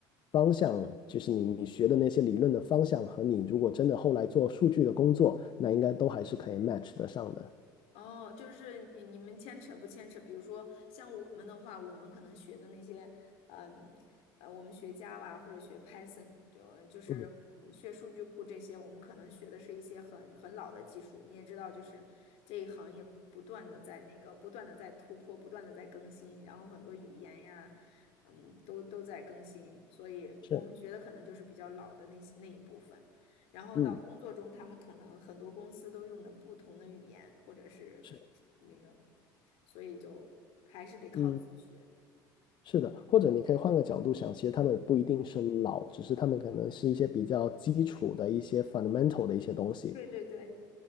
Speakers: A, on the left (about 45°); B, on the left (about 70°).
A: 方向就是你你学的那些理论的方向和你如果真的后来做数据的工作，那应该都还是可以 match 得上的。
B: 哦，就是你你们牵扯不牵扯？比如说像我们的话，我们可能学的那些，嗯呃，我们学 Java 或者学 Python，就就是嗯学数据库这些，
A: 嗯，
B: 我们可能学的是一些很很老的技术。你也知道，就是这一行业不断的在那个不断的在突破，不断的在更新，然后很多语言呀，嗯，都都在更新，所以我们学的可能就是比较老的那那一部分。
A: 是，
B: 然后到工作中，
A: 嗯，
B: 他们可能很多公司都用的不同的语言，或者是那个，
A: 是，
B: 所以就还是得靠自学。
A: 嗯。是的，或者你可以换个角度想，其实他们不一定是老，只是他们可能是一些比较基础的一些 fundamental 的一些东西。
B: 对对对，